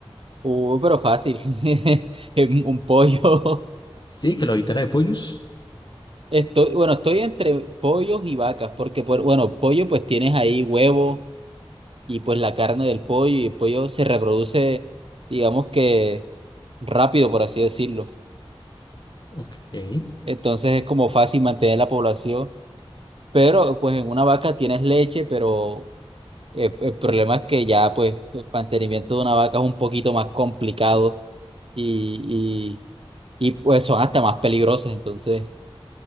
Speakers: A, on the right (about 65°); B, on the left (about 45°).
A: Uh, pero fácil. <laughs> Es Un pollo.
B: Sí, que lo habitara de pollos.
A: <laughs> Estoy, bueno, estoy entre pollos y vacas, porque por, bueno, pollo pues tienes ahí huevo y pues la carne del pollo y el pollo se reproduce, digamos que rápido, por así decirlo.
B: Ok. Eh,
A: Entonces es como fácil mantener la población, pero pues en una vaca tienes leche, pero eh, el problema es que ya pues el mantenimiento de una vaca es un poquito más complicado y, y, y pues son hasta más peligrosas, entonces.